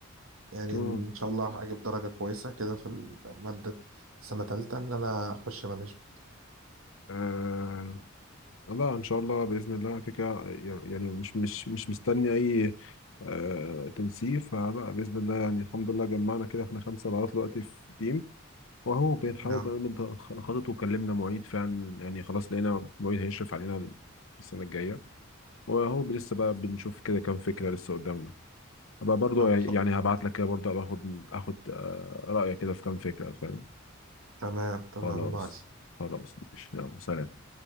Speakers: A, on the right; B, on the left.
A: يعني
B: امم
A: ان شاء الله هجيب درجه كويسه كده في ماده سنه تالتة ان انا اخش مانجمنت
B: آه لا ان شاء الله باذن الله كده كده يعني مش مش مش مستني اي آه تنسيق فلا باذن الله يعني الحمد لله جمعنا كده احنا خمسه لغايه دلوقتي في تيم وهو بنحاول
A: نعم
B: بقى نخطط وكلمنا معيد فعلا يعني خلاص لقينا معيد هيشرف علينا السنه الجايه وهو لسه بقى بنشوف كده كام فكره لسه قدامنا ابقى برضو
A: طب
B: يعني
A: خل-
B: يعني هبعت لك كده برضو ابقى اخد اخد آه، رأيك كده في كام فكرة فاهم
A: تمام تمام
B: خلاص
A: يا معلم
B: خلاص ماشي يلا سلام